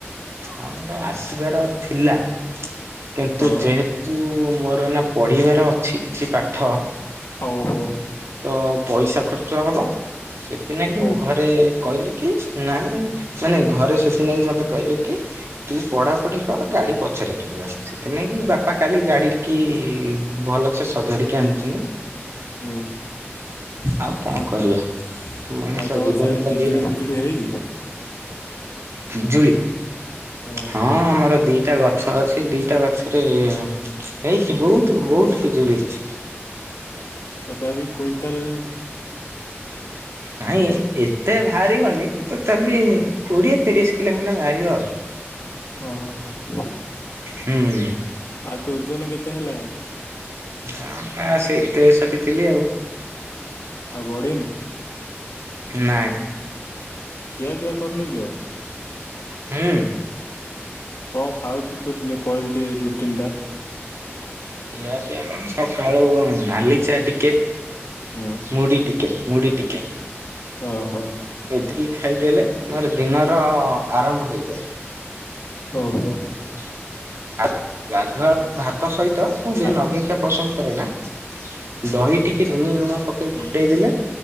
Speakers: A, on the right; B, on the left.
A: ଆମର ଆସିବାର ଥିଲା କିନ୍ତୁ
B: ହଁ
A: ଯେହେ ତୁ ମୋର ନା ପଢିବାର ଅଛି କିଛି ପାଠ
B: ହଉ ଓହୋ।
A: ତ ପଇସା ଖର୍ଚ୍ଚ ହବ ସେଥିନାଗି ମୁଁ
B: ଓ
A: ଘରେ କହିଲେ କି ନାଇଁ ମାନେ ଘରେ ସେଥିନାଗି ମତେ କହିଲେ କି ତୁ ପଢାପଢି କର ଗାଡି ପଛରେ କିଣିବା। ସେଥିନାଗି ବାପା କାଲି ଗାଡିକି ଭଲସେ ସଜାଡିକି ଆଣିଛନ୍ତି।
B: ହୁଁ।
A: ଆଉ କଣ କରିବା ମଣିଷ
B: ଆଉ ତମ
A: ଜୀବନ
B: ସିଆଡେ
A: ତ
B: ପିଜୁଳି
A: ଏଇଆ।
B: ଫିଜୁଳି ହେଇଛି?
A: ପିଜୁଳି
B: ହଁ।
A: ହଁ ଆମର ଦିଟା ଗଛ ଅଛି ଦିଟା ଗଛରେ ହେଇଛି ବହୁତ୍ ବହୁତ୍ ପିଜୁଳି ହେଇଛି।
B: ତଥାପି କ୍ଵିଣ୍ଟାଲ
A: ନାଇଁ ଏତେ ବାହାରିବନି ତଥାପି କୋଡିଏ ତିରିଶ କିଲୋ ଖଣ୍ଡେ ବାହାରିବ ଆଉ।
B: ଓହୋ
A: ହୁଁ
B: ଆଉ ତୋ ଓଜନ କେତେ ହେଲାଣି?
A: ନା ପା ସେଇ ତେସଠି ଥିଲି ଆଉ।
B: ଆଉ ବଢିନୁ?
A: ନାଇଁ।
B: ଖିଆପିଆ କରୁନି କି ଆଉ?
A: ହୁଁ।
B: କଣ ଖାଉଚୁ ତୁର୍ ନେ କହିଲୁ ଟିଏ ରୁଟିନ୍ ଟା।
A: ଇଆ ପିଆ କଣ ସକାଳୁ ନାଲି ଚା ଟିକେ,
B: ହୁଁ
A: ମୁଢି ଟି କେ ମୁଢି ଟିକେ।
B: ଆ ହଁ।
A: ଏତିକି ଖାଇଦେଲେ ମୋର ଦିନର ଆରମ୍ଭ ହୋଇଯାଏ।
B: ଓ ହୋ।
A: <unintelligible> ଗାଧୁଆ ଭାତ ସହିତ ମୁଁ <unintelligible>
B: ଆ-
A: ନଗେଇକା ପସନ୍ଦ କରେ ନା। ଦହି ଟିକେ ଚିନି ଲୁଣ ପକେଇ
B: ହୁଁ
A: ଫୁଟେଇ ଦେଲେ